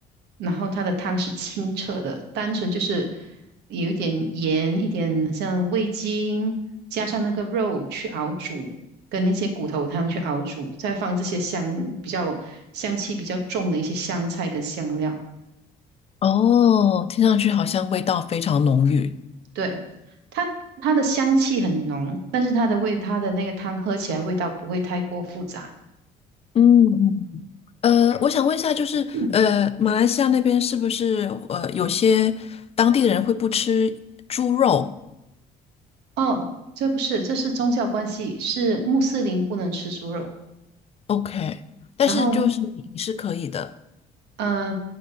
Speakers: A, on the right; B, on the left.
A: 然后它的汤是清澈的，单纯就是有一点盐，一点很像味精，加上那个肉去熬煮，跟那些骨头汤去熬煮，再放这些香比较香气比较重的一些香菜跟香料，
B: 哦，听上去好像味道非常浓郁。
A: 对。它它的香气很浓，但是它的味，它的那个汤喝起来味道不会太过复杂。
B: 嗯嗯呃，我想问一下，就是呃，
A: 嗯
B: 马来西亚那边是不是呃有些当地的人会不吃猪肉
A: 哦，这不是，这是宗教关系，是穆斯林不能吃猪肉，
B: ？OK，但是就是你是可以的。
A: 然后呃，